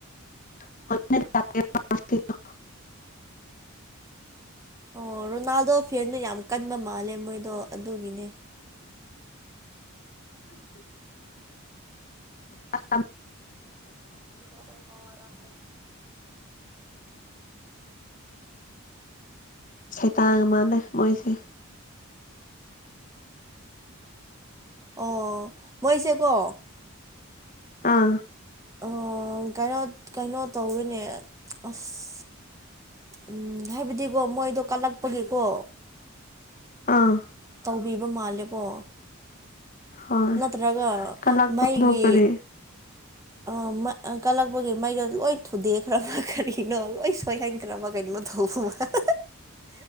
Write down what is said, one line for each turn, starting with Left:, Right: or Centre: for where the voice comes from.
Left: <unintelligible>
Right: ꯑꯣ ꯔꯣꯅꯥꯜꯗꯣ ꯐꯦꯟꯗꯣ ꯌꯥꯝ ꯀꯟꯕ ꯃꯥꯜꯂꯦ ꯃꯣꯏꯗꯣ ꯑꯗꯨꯒꯤꯅꯦ
Left: ꯑ <unintelligible>
Right: <unintelligible>
Left: ꯁꯩꯇꯥꯡ ꯃꯥꯜꯂꯦ ꯃꯣꯏꯁꯦ
Right: ꯑꯣ ꯃꯣꯏꯁꯦ ꯀꯣ
Left: ꯑꯥ
Right: ꯑꯣ ꯀꯩꯅꯣ ꯀꯩꯅꯣ ꯇꯧꯋꯤꯅꯦ ꯑꯁ ꯎꯝ ꯍꯥꯏꯕꯗꯤꯀꯣ ꯃꯣꯏꯗꯣ ꯀꯜꯂꯛꯄꯒꯤꯀꯣ
Left: ꯑꯥ
Right: ꯇꯧꯕꯤꯕ ꯃꯥꯜꯂꯦꯕꯣ
Left: ꯍꯣꯏ
Right: ꯅꯠꯇ꯭ꯔꯒ
Left: ꯀꯂꯛꯄꯗꯣ
Right: ꯃꯩꯒꯤ
Left: ꯀꯔꯤ
Right: ꯑ ꯀꯂꯛꯄꯒꯤ ꯃꯩꯗꯣ ꯂꯣꯏ ꯊꯨꯗꯦꯛ ꯈ꯭ꯔꯕ ꯀꯔꯤꯅꯣ ꯂꯣꯏ ꯑꯣꯏꯍꯟꯈ꯭ꯔꯥꯕ ꯀꯩꯅꯣ ꯇꯧꯕ ꯃꯥꯜꯂꯦ